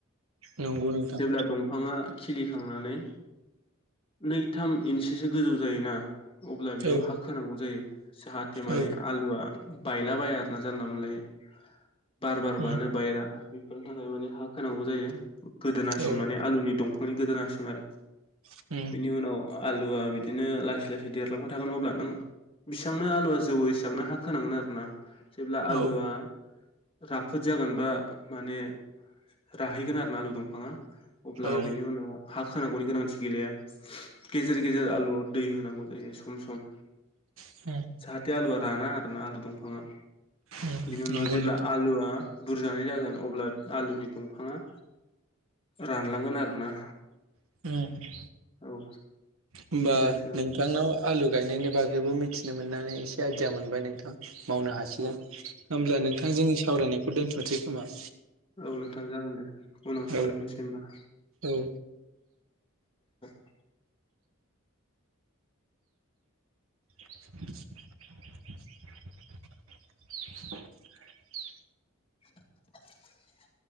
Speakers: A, on the right; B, on the left.
A: नंगौ नोंथां
B: जेब्ला दंफाङा खिलिखांनानै नैथाम इन्ससो गोजौ जायोना अब्ला बेयाव
A: औ
B: हा खोनांगौ जायो जाहाथे माने
A: औ
B: आलुआ बायला बाया आरोना जानला मोनलाय बार बारबानो
A: उम
B: बायो ना बेफोरनि थाखाय माने हा खोनांगौ जायो गोदोनासिम
A: औ
B: माने आलुनि दं बेखनि गोदोनासिम आरो
A: <inaudible>
B: नि उनाव आलुआ बिदिनो लासै लासै देरलांबाय थागोन अब्ला नों बेसेबांनो आलुवा जौओ एसेबांनो हा खोनांगोन आरो ना जेब्ला आलुा
A: औ
B: राफोद जागोनबा माने राहैगोन आरो न आलु दंफाङा अब्ला
A: औ उम
B: बिनि उनाव हा खांगौनि गोनांथि गैलिया गेजेर गेजेर आलु दै होनांगौ जायो सम सम
A: <inaudible>
B: जाहााथे आलुआ राना आरोना आलु दंफाङा
A: उम
B: बिनि उनाव
A: नंगौ
B: जेब्ला
A: नोंथां
B: आलुआ बुरजानाय जागोन अब्ला आलुनि दंफांङा रानलांगोन आरो ना
A: उम
B: औ
A: होमबा
B: एसेनोसै नोंथां
A: नोंथांनाव आलु गायनायनि बागैबो मिथिनो मोननानै एसे आइदिया मोनबाय नोंथां मावनो हासिगोन
B: औ
A: होमब्ला
B: औ
A: नोंथां जोंनि सावरायनायखौ दोन्थ'नोसै खोमा
B: औ नोंथां जागोन दे उनाव सरायफिनसै
A: औ
B: होनबा
A: औ
B: <unintelligible>
A: <unintelligible>
B: <unintelligible>